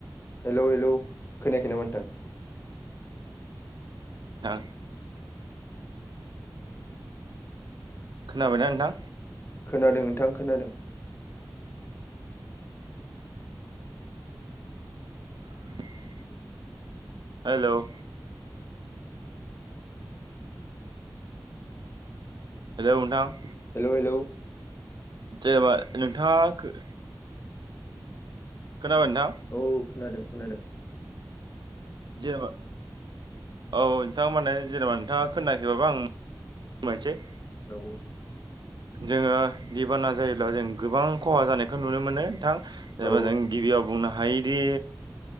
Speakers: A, on the left; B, on the right.
A: हेलौ हेलौ खोनायाखोना नोंथां
B: थां खोनाबायना नोंथां
A: खोनादों नोंथां खोनादों
B: <inaudible> हेलौ हेलौ नोंथां।
A: Hello hello.
B: जेनेबा नोंथाङा खोनाबाय नोंथां।
A: औ खोनादों खोनादों।
B: जायाबा। औ नोंथाङा माने जेनेबा नोंथाङा खोनाखैबाबो आं मोनसै
A: औ औ।
B: जोङो दैबाना जायोब्ला जों गोबां खहा जानायखौ नुनो मोनो नोंथां। जेनेबा
A: औ
B: जों गिबियाव बुंनो हायोदि